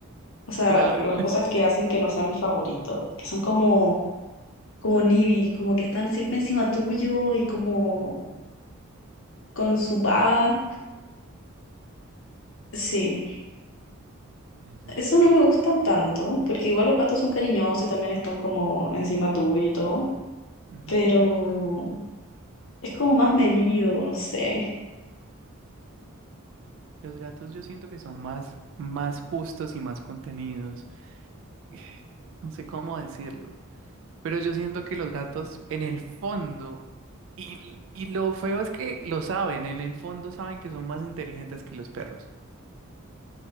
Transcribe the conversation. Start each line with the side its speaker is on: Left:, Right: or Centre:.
Left: O sea,
Right: Que ladren.
Left: las cosas que hacen que no sean mis favoritos, que son como, como nibi, como que están siempre encima tuyo y como
Right: <laughs> Ujú.
Left: con su baba. Sí,
Right: Es demasiado
Left: eso no
Right: horrible.
Left: me gusta tanto, porque igual los gatos son cariñosos y también están como encima tuyo y todo,
Right: Ujú.
Left: pero es como más medido, no sé.
Right: Los gatos yo siento que son más, más justos y más contenidos. <sighs> No sé cómo decirlo. Pero yo siento que los gatos en el fondo, y, y lo feo es que lo saben, en el fondo saben que son más inteligentes que los perros.